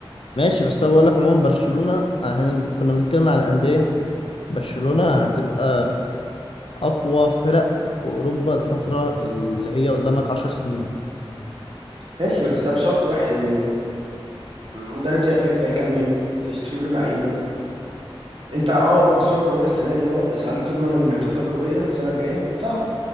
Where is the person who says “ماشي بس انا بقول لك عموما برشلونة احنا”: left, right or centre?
Left